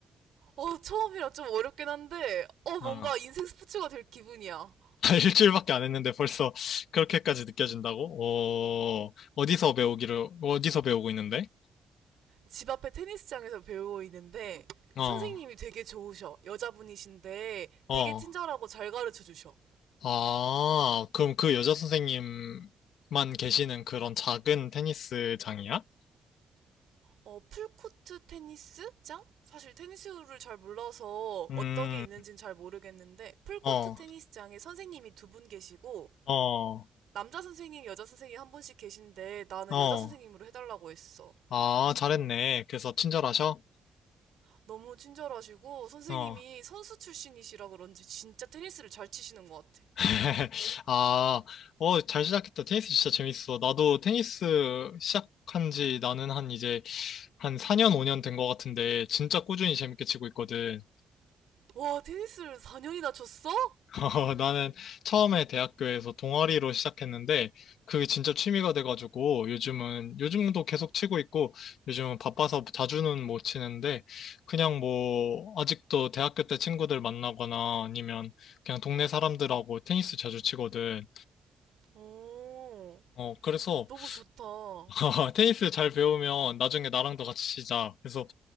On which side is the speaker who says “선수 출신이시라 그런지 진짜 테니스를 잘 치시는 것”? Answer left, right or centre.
Right